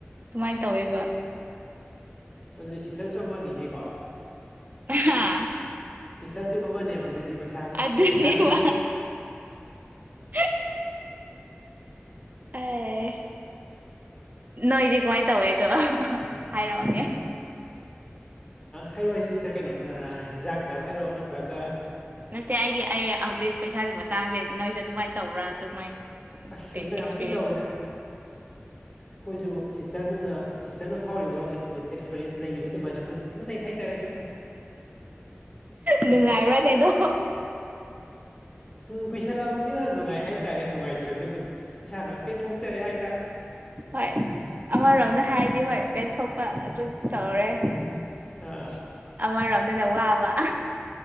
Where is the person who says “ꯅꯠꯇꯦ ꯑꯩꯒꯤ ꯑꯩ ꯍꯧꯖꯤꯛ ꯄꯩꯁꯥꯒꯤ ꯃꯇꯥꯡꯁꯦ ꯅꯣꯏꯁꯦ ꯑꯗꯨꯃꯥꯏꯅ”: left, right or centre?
Right